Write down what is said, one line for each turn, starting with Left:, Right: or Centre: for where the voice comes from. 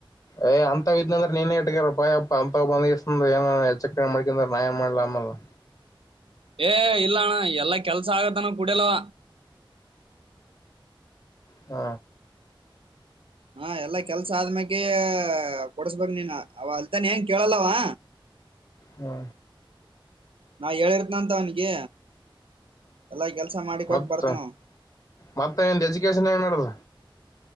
Left: ಏ ಅಂತ್ ಇದ್ ಅಂದ್ರೆ ನೀನೇ ಇಟ್ಕ್ಯಾರಪ್ಪ ಅಪ್ಪ ಅಂತವ್ ಬಂದ ಏನಚ್ಚಕ ಮಾಡಕ್ರ ನಯಾಯ ಮಾಡಲ ಅ ಹ
Right: ಏ ಇಲ್ಲ ಅಣ್ಣ ಎಲ್ಲಾ ಕೆಲ್ಸ ಆಗತ್ತಾನ ಕುಡಿಯಲವ
Left: ಹ್ಮ
Right: ಹಾ ಎಲ್ಲಾ ಕೆಲ್ಸ ಆದ್ಮ್ಯಾಗ ಕೊಡ್ಸ್ಬೇಕ್ ನೀನ್ ಅವ ತಾನ ಹೆಂಗ ಕೇಳಲ್ಲವಾ
Left: ಹಾ
Right: ನಾ ಹೇಳಿರ್ತನ ಅಂತ ಅವನಿಗೆ ಎಲ್ಲಾ ಕೆಲ್ಸ ಮಾಡಿ ಕೊಟ್ಟ
Left: ಮತ್ತ
Right: ಬರ್ತನ
Left: ಮತ್ತ ನಿಂದ ಎಜುಕೇಶನ್ ಹೆಂಗ್ ನಡದ